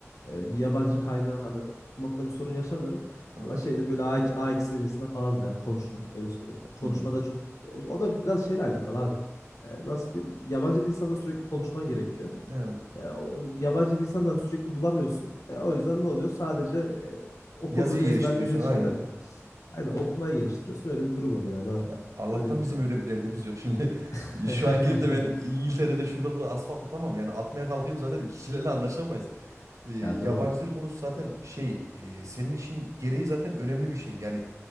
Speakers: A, on the left; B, on the right.
A: e, bir yabancı kaynağı hani okumakla bir sorun yaşamıyorum.
B: Aha.
A: Ama şeyde böyle A2, A2 seviyesinde falandır yani konuşma öyle söyleyeyim. Yani konuşmada
B: Hmm.
A: çok e, o da biraz şeyle alakalı abi. E, nasıl diyeyim? Yabancı bir insanla sürekli konuşman gerekiyor.
B: Evet.
A: E, o, yabancı bir insandan sürekli bulamıyorsun. E, o yüzden ne oluyor? Sadece e, okuduğunu
B: Yazıyı geliştiriyorsun
A: ezberlediğin
B: aynen.
A: şeylerle. Aynen okumayı geliştiriyorsun. Öyle bir durum oluyor yani abi.
B: Ya Allah'tan
A: Öyle diyeyim
B: bizim
A: sana.
B: öyle bir derdimiz yok. Şimdi
A: <laughs>
B: <laughs> şu an gidip de ben İngiltere'de şurada burada asfalt atamam. Yani atmaya kalkayım zaten kişilerle anlaşamayız. E, yabancı
A: Ya doğru.
B: dil konusu zaten şey e, senin işin gereği zaten önemli bir şey. Yani